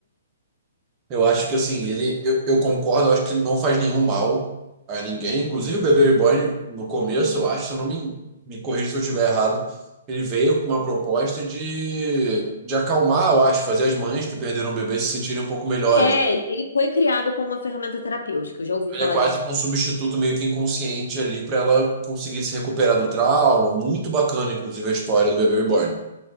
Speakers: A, on the right; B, on the left.
A: Eu acho que assim, ele, eu, eu concordo, eu acho que ele não faz nenhum mal a ninguém. Inclusive o Bebê Reborn, no começo, eu acho, se eu não me, me corrija se eu estiver errado, ele veio com uma proposta de, de acalmar, eu acho, fazer as mães que perderam o bebê se sentirem um pouco melhores.
B: É, ele ele foi criado como uma ferramenta terapêutica, eu já ouvi
A: Ele
B: falar
A: é quase
B: disso.
A: que um substituto meio que inconsciente ali para ela conseguir se recuperar do trauma. Muito bacana, inclusive, a história do Bebê Reborn.